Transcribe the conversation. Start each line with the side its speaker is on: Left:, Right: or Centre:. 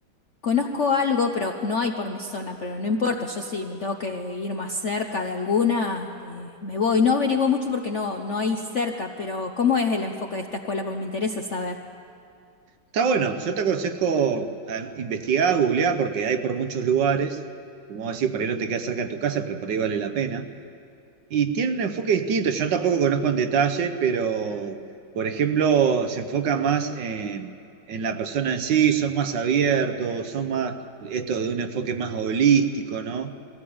Left: Conozco algo, pero no hay por mi zona, pero no importa, yo sí me tengo que ir más cerca de alguna, eh, me voy. No averigüé mucho porque no, no hay cerca, pero ¿cómo es el enfoque de esta escuela? Porque me interesa saber.
Right: Está bueno. Yo te aconsejo a investigar, googlear, porque hay por muchos lugares. Como vos decís, por ahí no te queda cerca de tu casa, pero por ahí vale la pena. Y tiene un enfoque distinto, yo tampoco conozco en detalle, pero por ejemplo se enfoca más en, en la persona en sí, son más abiertos, son más, esto de un enfoque más holístico, ¿no?